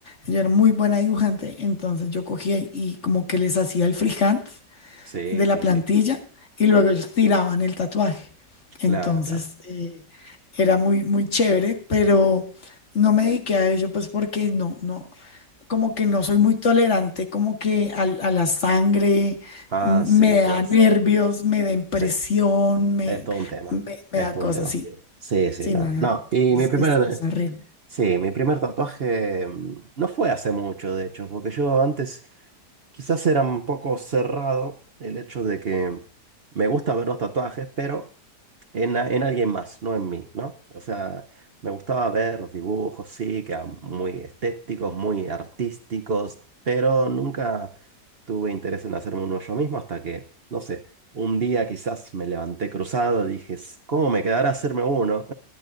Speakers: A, on the left (about 40°); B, on the right (about 55°).
A: yo era muy buena dibujante, entonces yo cogía y como que les hacía el freehand
B: sí,
A: de
B: sí,
A: la plantilla
B: sí.
A: y luego ellos tiraban el tatuaje. Entonces,
B: Claro, claro.
A: eh, era muy, muy chévere, pero no me dediqué a ello pues porque no, no, como que no soy muy tolerante, como que al- a, la sangre
B: Ah,
A: m- me
B: sí, puede
A: da nervios,
B: ser.
A: me da impresión,
B: Sí.
A: me,
B: Es todo un tema,
A: me, me
B: es
A: da
B: todo
A: cosas
B: un tema.
A: Sí,
B: Sí, sí,
A: sí,
B: no.
A: no, no,
B: No, y
A: es,
B: mi primer,
A: es, es horrible.
B: sí, mi primer tatuaje mm, no fue hace mucho, de hecho, porque yo antes quizás era un poco cerrado el hecho de que me gusta ver los tatuajes, pero en, a- en alguien más, no en mí, ¿no? O sea, me gustaba ver los dibujos, sí, que eran muy estéticos, muy artísticos, pero nunca tuve interés en hacerme uno yo mismo hasta que, no sé, un día quizás me levanté cruzado, dije, "S- ¿cómo me quedará hacerme uno?